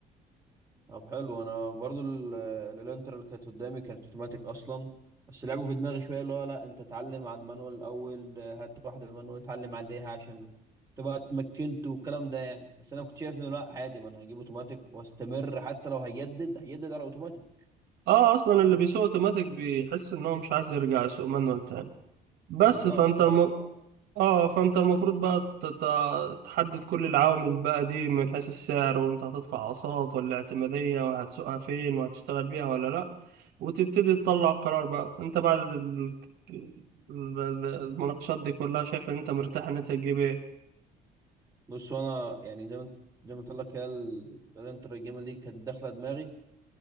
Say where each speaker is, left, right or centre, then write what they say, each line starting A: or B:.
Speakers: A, on the right; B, on the right.
A: طب حلو انا برضه ال- الانتر اللي كانت قدامي كانت اوتوماتيك اصلا بس لعبوا في دماغي شويه اللي هو لا انت اتعلم على المانوال الاول آه، هات واحده مانوال اتعلم عليها عشان تبقى اتمكنت والكلام ده يعني بس انا كنت شايف انه لا عادي ما انا هجيب اوتوماتيك واستمر حتى لو هيجدد هيجدد على اوتوماتيك
B: اه اصلا اللي بيسوق اوتوماتيك بيحس ان هو مش عايز يرجع يسوق مانوال تاني بس
A: بالظبط
B: فانت
A: الحوار
B: الم...
A: خلاص
B: اه فانت المفروض بقى ت- ت- تحدد كل العوامل بقى دي من حيث السعر وانت هتدفع اقساط ولا اعتمادية وهتسوقها فين وهتشتغل بيها ولا لا وتبتدي تطلع قرار بقى انت بعد ال- ال- ال- المناقشات دي كلها شايف ان انت مرتاح ان انت تجيب ايه
A: بص وانا يعني زي ما زي ما قلت لك هي ال- الانتر الجيمه دي كانت داخله دماغي